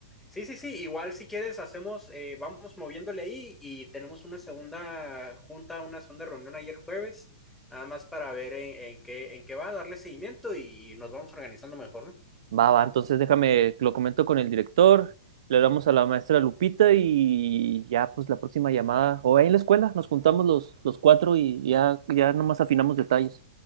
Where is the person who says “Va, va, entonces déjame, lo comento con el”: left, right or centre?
Right